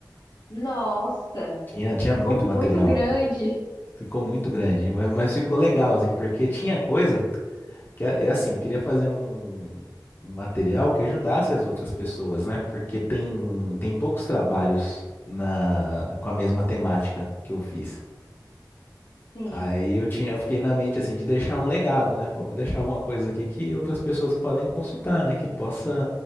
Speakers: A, on the left; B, on the left.
A: Nossa,
B: Tinha, tinha muito
A: ficou muito
B: material.
A: grande.
B: Ficou muito grande, mas, mas ficou legal, assim, porque tinha coisa que, é é assim, eu queria fazer um, um material que ajudasse as outras pessoas, né? Porque tem, tem poucos trabalhos na, com a mesma temática que eu fiz.
A: Sim,
B: Aí eu tinha, eu fiquei na mente assim de deixar um legado, né? Pô, vou deixar alguma coisa aqui que outras pessoas podem consultar, né? Que possa